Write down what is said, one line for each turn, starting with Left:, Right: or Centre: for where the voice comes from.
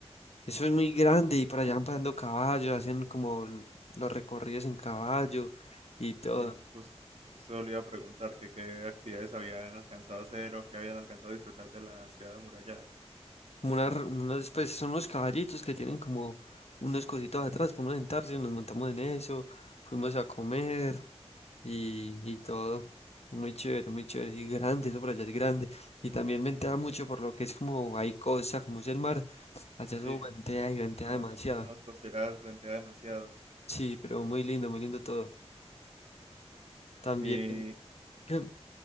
Left: Eso es muy grande y por allá van pasando caballos, hacen como l- los recorridos en caballo y todo.
Right: Sí, jus- justo le iba a preguntar que qué actividades habían alcanzado a hacer o qué habían alcanzado a disfrutar de la ciudad amurallada.
Left: como una, r- unas, pues son unos caballitos que tienen como unos cositos atrás para uno sentarse, nos montamos en eso, fuimos a comer y, y todo. Muy chévere, muy chévere, y grande, eso por allá es grande. Y también ventea mucho por lo que es como hay cosas, como es el mar. Allá
Right: Sí,
Left: eso ventea y ventea
Right: en zonas,
Left: demasiado.
Right: en zonas costeras ventea demasiado.
Left: Sí, pero muy lindo, muy lindo todo. También,
Right: Eh,
Left: que